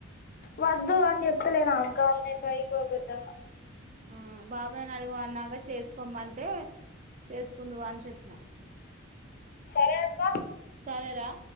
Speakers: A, on the left; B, on the right.
A: వద్దు అని చెప్తలేనా అక్క ఆయన పెద్ద సైకో పెద్దా
B: ఆ బాబాయిని అడుగు మన్నాక చేసుకోమంటే చేసుకుందువు అని చెప్పినా
A: సరే అక్క
B: సరేరా